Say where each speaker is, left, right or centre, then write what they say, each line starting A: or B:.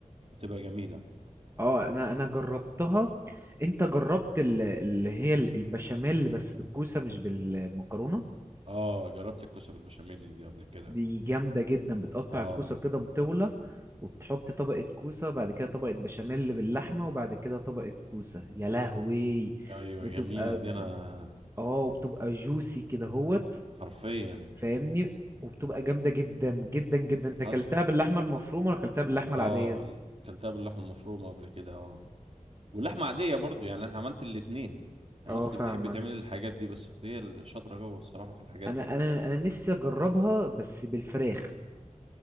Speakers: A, on the right; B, on the right.
A: وتبقى جميلة
B: اه انا انا جربتها انت جربت ال- اللي هي ال- البشاميل بس بالكوسه مش بالمكرونه
A: آه جربت الكوسة بالبشاميل دي قبل كده
B: دي جامده جدا بتقطع
A: آه
B: الكوسه كده مطوله وبتحط طبقه كوسه بعد كده طبقه بشاميل باللحمه وبعد كده طبقه كوسه يا لهوي
A: أيوة
B: بتبقى
A: جميلة
B: ب-
A: دي أنا
B: اه وبتبقى جوسي كده هوت
A: حرفيا
B: فاهمني وبتبقى جامده جدا جدا جدا انت اكلتها
A: حصل
B: باللحمه المفرومه ولا اكلتها باللحمه العاديه
A: اه ال- كلتها باللحمه المفرومه قبل كده اه واللحمه عاديه برضو يعني انا عملت الاتنين انا
B: اه
A: اختي
B: فاهمك
A: بتحب تعمل الحاجات دي بس اختي هي اللي شاطره جوه الصراحه في الحاجات
B: انا
A: دي
B: انا انا نفسي اجربها بس بالفراخ